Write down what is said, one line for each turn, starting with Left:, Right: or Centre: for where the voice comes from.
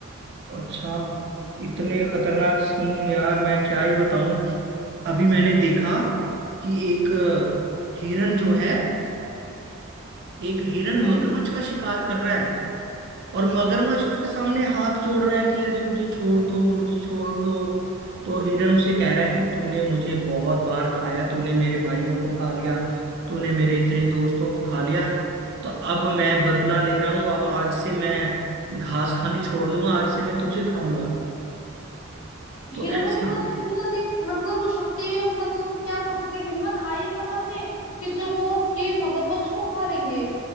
Right: अच्छा इतने खतरनाक सीन यार मैं क्या ही बताऊं अभी मैंने देखा कि एक हिरन जो है एक हिरन
Left: हम्म
Right: मगरमच्छ का शिकार कर रहा है और मगरमच्छ उसके सामने हाथ जोड़ रहा है कि अरे मुझे छोड़ दो मुझे छोड़ दो तो हिरन उसे कह रहा है कि तूने मुझे बहुत बार खाया तूने मेरे भाइयों को खा लिया तूने मेरे इतने दोस्तों को खा लिया तो अब मैं बदला ले रहा हूं अब आज से मैं घास खानी छोड़ दूंगा आज से मैं तुझे खाऊंगा तो
Left: हिरणों
Right: ऐसा
Left: के पास इतनी ज्यादा मतलब वो शक्ति और मतलब क्या बोल सकते हैं, हिम्मत आई कहाँ से कि जो वो ये मगरमच्छ को खा लेंगे